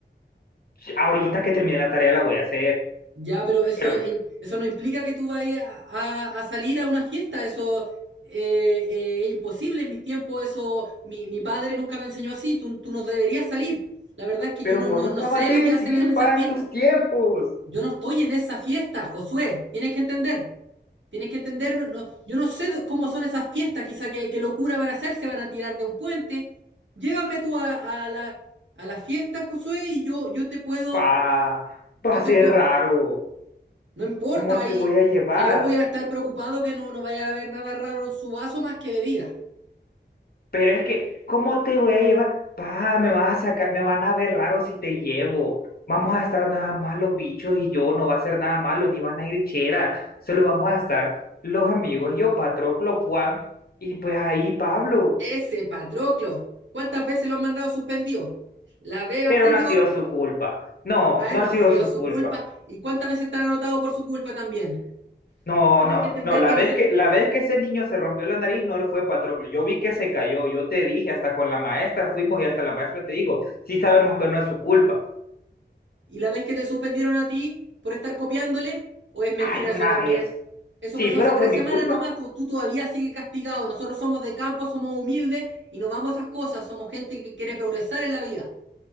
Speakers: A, on the left (about 55°); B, on the right (about 85°).
A: Ahorita que termine la tarea la voy a hacer,
B: Ya, pero eso,
A: pero...
B: im- eso no implica que tú vayas a, a salir a una fiesta, eso eh, eh, es imposible en mis tiempos, eso mi, mi padre nunca me enseñó así, tú, tú no deberías salir. La verdad es que
A: Pero
B: yo no,
A: vos
B: no,
A: lo
B: no
A: acabas
B: sé
A: de
B: lo que
A: decir,
B: hacen en esas
A: pa,
B: fiestas.
A: en tus tiempos.
B: Yo no estoy en esa fiesta, Josué, tienes que entender, tienes que entender, no, no- yo no sé do- cómo son esas fiestas, quizá qué, qué locura van a hacer, se van a tirar de un puente. Llévame tú a, a la, a la fiesta, Josué, y yo, yo te puedo,
A: Pa,
B: yo
A: va a
B: te puedo...
A: ser raro.
B: No importa,
A: ¿Cómo
B: ahí
A: te voy a llevar?
B: yo voy a estar preocupado que no, no vaya a haber nada raro en su vaso más que bebida.
A: Pero es que, ¿cómo te voy a llevar? Pa, me vas a sacar, me van a ver raro si te llevo. Vamos a estar nada más los bichos y yo, no va a ser nada malo, ni van a ir cheras Solo vamos a estar los amigos, yo, Patroclo, Juan y pues ahí Pablo.
B: Ese Patroclo, ¿cuántas veces lo han mandado suspendido? La vez anterior,
A: Pero no ha sido su culpa. No, no
B: no
A: ha
B: ha
A: sido
B: sido
A: su
B: su
A: culpa.
B: culpa. ¿Y cuántas veces te han anotado por su culpa también?
A: No,
B: Tienes
A: no,
B: que entender
A: no, la
B: que nosotros...
A: vez que, la vez que ese niño se rompió la nariz no lo fue Patroclo, yo vi que se cayó, yo te dije, hasta con la maestra fuimos y hasta la maestra te dijo, sí sabemos que no es su culpa.
B: ¿Y la vez que te suspendieron a ti por estar copiándole? ¿O es mentira
A: Ay, una
B: eso también?
A: vez.
B: Eso
A: Sí,
B: pasó
A: pero
B: hace tres
A: fue mi
B: semanas
A: culpa.
B: nomás, tú, tú todavía sigues castigado. Nosotros somos de campo, somos humildes y no vamos a esas cosas. Somos gente que quiere progresar en la vida.